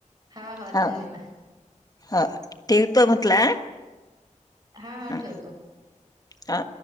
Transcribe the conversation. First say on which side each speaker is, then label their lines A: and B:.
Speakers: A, on the right; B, on the left.
A: हा हा
B: ह
A: धन्यवाद.
B: ह ठतो म्हटलं
A: हा हा
B: ह.
A: ठेवतो.
B: हा.